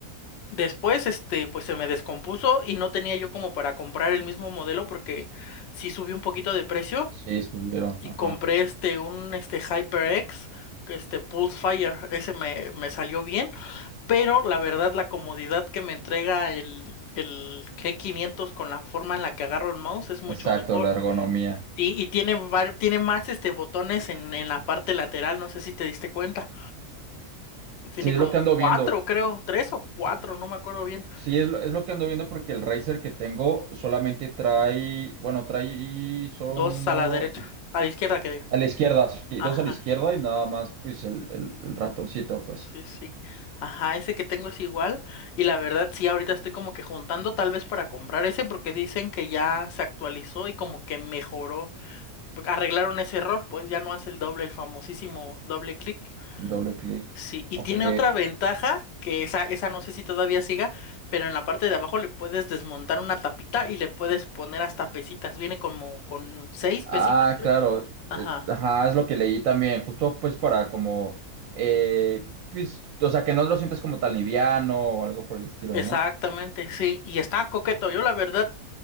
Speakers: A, on the left; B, on the right.
A: Después, este, pues se me descompuso y no tenía yo como para comprar el mismo modelo porque sí subió un poquito de precio
B: sí, subieron,
A: y
B: ajá.
A: compré este un este HyperX, que este Pulse Fire, ese me, me salió bien, pero la verdad la comodidad que me entrega el, el G500 con la forma en la que agarro el mouse es mucho
B: Exacto,
A: mejor.
B: la ergonomía.
A: Y, y tiene, var- tiene más este botones en, en la parte lateral, no sé si te diste cuenta. Tiene
B: Sí, es
A: como
B: lo que ando
A: cuatro,
B: viendo.
A: creo, tres o cuatro,
B: Sí.
A: no me acuerdo bien.
B: Sí, es lo, es lo que ando viendo porque el Razer que tengo solamente trae, bueno, trae, son
A: Dos
B: uno
A: a la derecha, a la izquierda que diga.
B: a la izquierda, sí,
A: Ajá.
B: dos a la izquierda y nada más, pues el, el- el ratoncito, pues,
A: Sí, sí. Ajá, ese que tengo es igual. Y la verdad, sí, ahorita estoy como que juntando tal vez para comprar ese porque dicen que ya se actualizó y como que mejoró. Arreglaron ese error, pues ya no hace el doble, el famosísimo doble clic.
B: el doble clic.
A: Sí, y
B: Ok.
A: tiene otra ventaja que esa, esa no sé si todavía siga, pero en la parte de abajo le puedes desmontar una tapita y le puedes poner hasta pesitas. Viene como con seis
B: Ah,
A: pesitas, creo.
B: claro.
A: Ajá.
B: eh, Ajá, es lo que leí también, justo pues para como, eh, pues, o sea, que no lo sientas como tan liviano o algo por el estilo,
A: Exactamente,
B: ¿no?
A: sí, y está coqueto. Yo la verdad